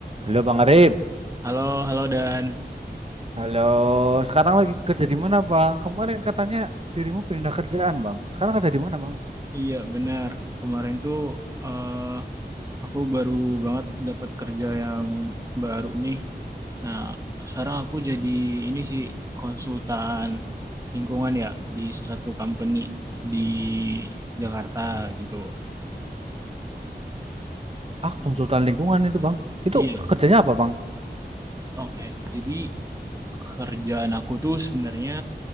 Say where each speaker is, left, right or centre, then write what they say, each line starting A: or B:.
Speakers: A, on the right (about 35°); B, on the right (about 20°).
A: Halo Bang Arif.
B: Halo, halo Dan.
A: Halo, sekarang lagi kerja di mana Bang? Kemarin katanya dirimu pindah kerjaan Bang. Sekarang kerja di mana Bang?
B: Iya, benar. Kemarin tuh eh, aku baru banget dapat kerja yang baru nih. Nah, sekarang aku jadi ini sih konsultan lingkungan ya di salah satu company di Jakarta gitu.
A: Ah, konsultan lingkungan itu Bang. Itu
B: Iya,
A: kerjanya apa Bang?
B: oke. Jadi kerjaan aku tuh sebenarnya